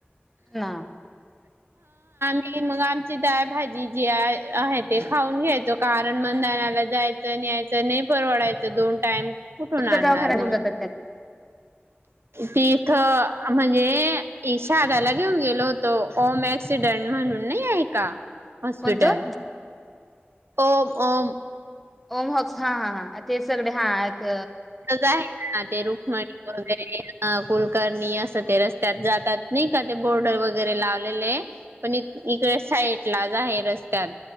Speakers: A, in the centre; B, on the right (about 75°).
A: हो ना
B: आणि मग आमची दाळ भाजी जी आहे आहे ते खाऊन घ्यायचो कारण मंधनाला जायचं यायचं नाही परवडायचं दोन टाइम कुठून
A: कोणत्या
B: आणणार
A: दवाखान्यात घेऊन
B: मग
A: जातात त्याला
B: तिथं म्हणजे इशाहादयाला घेऊन गेलो होतो ओम अक्सिडंट म्हणून नाही आहे का हॉस्पिटल
A: कोणतं
B: ओम
A: ओमहॉक्स हा हा हा ते सगळे हा एक
B: आहे ना ते रुक्मणी वगैरे कुलकर्णी असं ते रस्त्यात जातात नाही का ते बोर्ड वगैरे लावलेले आहे पण इकडे साईट ला रस्त्यात